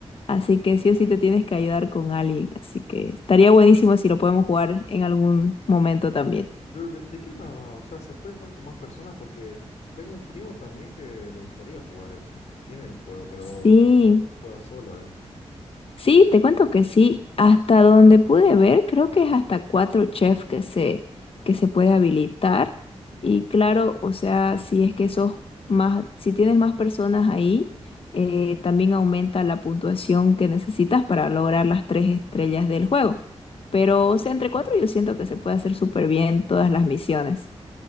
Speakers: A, on the left (about 55°); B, on the left (about 80°).
A: Así que sí o sí te tienes que ayudar con alguien. Así que estaría buenísimo si lo podemos jugar en algún momento también.
B: Pero ¿de, de qué más va? O sea, ¿se puede jugar con más personas? Porque tengo un primo también que le gustaría jugar eso. Tiene el juego, pero
A: Sí.
B: lo juega solo él.
A: Sí, te cuento que sí. Hasta donde pude ver, creo que es hasta cuatro chefs que se,
B: Cuatro.
A: que se puede habilitar. Y claro, o sea, si es que sos más, si tienes más personas ahí, eh, también aumenta la puntuación que necesitas para lograr las tres estrellas del juego. Pero, o sea, entre cuatro yo siento que se puede hacer súper bien todas las misiones.